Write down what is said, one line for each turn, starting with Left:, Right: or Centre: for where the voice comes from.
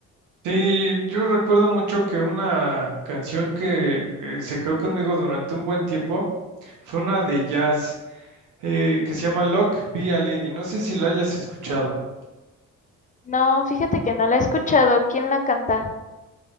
Right: Sí, yo recuerdo mucho que una canción que eh, se quedó conmigo durante un buen tiempo fue una de jazz eh, que se llama Lock Be a Lady. No sé si la hayas escuchado.
Left: No, fíjate que no la he escuchado. ¿Quién la canta?